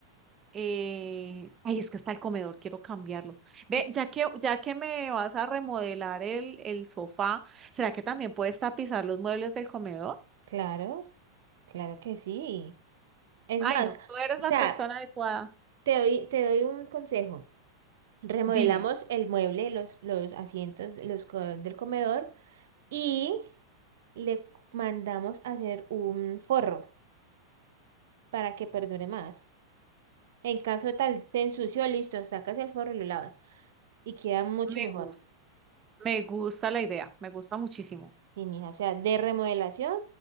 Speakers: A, on the right; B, on the right.
A: eh, ay, es que está el comedor, quiero cambiarlo. Ve,
B: Mm,
A: ya que, ya que me vas a remodelar el, el sofá, ¿será que también puedes tapizar los muebles del comedor?
B: Claro, claro que sí. Es
A: Ay,
B: más,
A: no, tú eres
B: o
A: la
B: sea,
A: persona adecuada.
B: te doy, te doy un consejo. Remodelamos
A: Dime,
B: el mueble, los, los asientos, los co- del comedor y le mandamos a hacer un forro para que perdure más. En caso tal se ensució, listo, sacas el forro y lo lavas y queda mucho
A: me
B: mejor.
A: gusta, me gusta la idea, me gusta muchísimo.
B: Sí, mija, o sea, de remodelación,